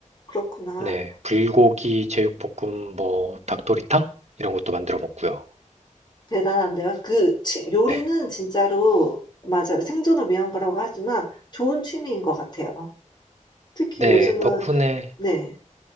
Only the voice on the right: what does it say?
네, 불고기 제육볶음, 뭐 닭도리탕 이런 것도 만들어 먹고요.
네,
네,
덕분에